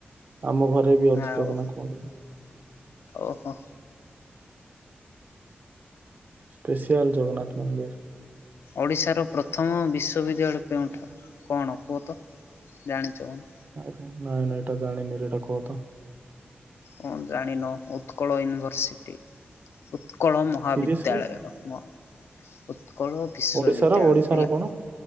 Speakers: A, on the right; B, on the left.
A: ଆମ ଘରେ ବି ଅଛି
B: ଆଉ
A: ଜଗନ୍ନାଥ ମନ୍ଦିର।
B: ଓହୋ
A: ସ୍ପେସିଆଲ୍ ଜଗନ୍ନାଥ ମନ୍ଦିର।
B: ଓଡ଼ିଶାର ପ୍ରଥମ ବିଶ୍ୱବିଦ୍ୟାଳୟ କେଉଁଠା କଣ କୁହ ତ? ଜାଣି ଛେମନି
A: ନାଇଁ ନାଇଁ ନାଇ ଏଟା ଜାଣିନିରେ ଏଟା କହ ତ।
B: କଣ ଜାଣିନ ଉତ୍କଳ ୟୁନିଭର୍ସିଟି। ଉତ୍ କଳ ମହାବିଦ୍ୟାଳୟ
A: ସିରିଏସଲି
B: ମ ହ ଉତ୍କଳ ବିଶ୍ଵବିଦ୍ୟାଳୟ
A: ଓଡିଶାର ଓଡିଶାର
B: ହେଲା।
A: କଣ